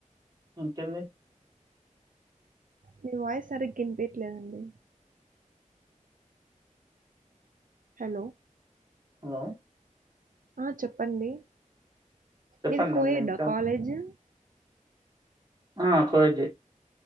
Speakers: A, on the right; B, on the right.
A: ఇకేంది
B: నీ వాయిస్ సరిగా ఇనిపీట్లేదండి హలో
A: హలో
B: ఆ చెప్పండి
A: చెప్పండండి
B: మీది కోయిడ్డా
A: ఇంకా
B: కాలేజీ
A: ఆ కోయిడ్డే